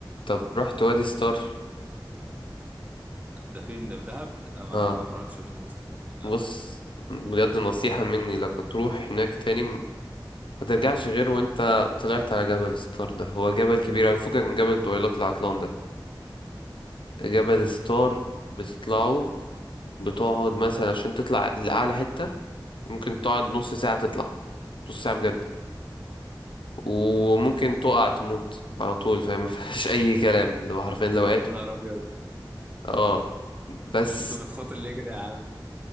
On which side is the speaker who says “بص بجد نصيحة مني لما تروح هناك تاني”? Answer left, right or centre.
Left